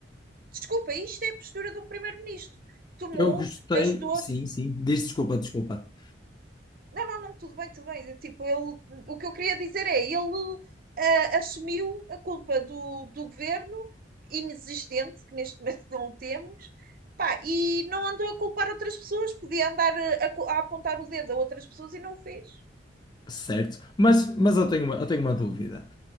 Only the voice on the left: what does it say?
Eu gostei,
sim, sim. Diz desculpa, desculpa.
Certo. Mas, mas eu tenho uma, eu tenho uma dúvida.